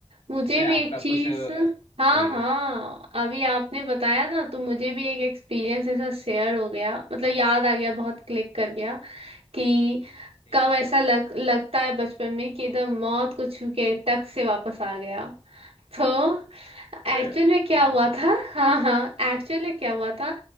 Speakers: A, on the right; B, on the left.
A: मुझे
B: ऐसे
A: भी
B: आपका
A: एक चीज
B: कुछ अ,
A: हाँ
B: जी
A: हाँ अभी आपने बताया ना तो मुझे भी एक एक्सपीरियंस ऐसा शेयर हो गया मतलब याद आ गया बहुत क्लिक कर गया कि
B: जी
A: कब
B: जी
A: ऐसा लग लगता है बचपन में कि एकदम मौत को छू के टक से वापस आ गया तो
B: अरे
A: एक्चुअल में क्या
B: हाँ
A: हुआ था <laughs> हाँ हाँ एक्चुअल में क्या हुआ था